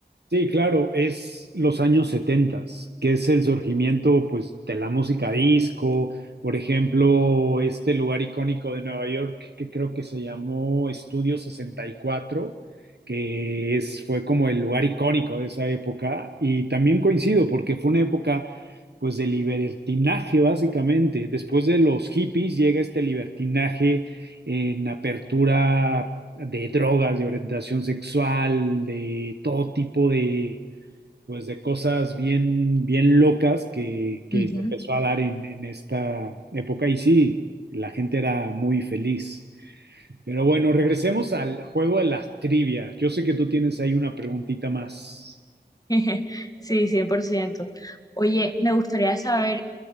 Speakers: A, on the right; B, on the left.
A: Sí, claro, es los años setentas, que es el surgimiento pues de la música disco, por ejemplo, este lugar icónico de Nueva York que creo que se llamó Estudio 64, que es fue como el lugar icónico de esa época y también coincido porque fue una época pues de libertinaje básicamente. Después de los hippies llega este libertinaje en apertura de drogas, de orientación sexual, de todo tipo de, pues, de cosas bien, bien locas que, que
B: Ujú.
A: se empezó a dar en, en esta época. Y sí, la gente era muy feliz. Pero bueno, regresemos al juego de las trivias. Yo sé que tú tienes ahí una preguntita más.
B: <laughs> Sí, cien por ciento Oye, me gustaría saber